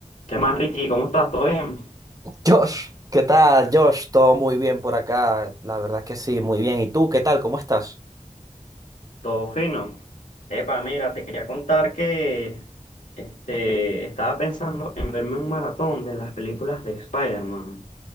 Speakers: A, on the left; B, on the right.
A: ¿Qué más, Ricky? ¿Cómo estás? ¿Todo bien?
B: Josh, ¿qué tal, Josh? Todo muy bien por acá, la verdad es que sí, muy bien. ¿Y tú, qué tal? ¿Cómo estás?
A: ¿Todo fino? Epa, mira, te quería contar que este, estaba pensando en verme un maratón de las películas de Spider-Man,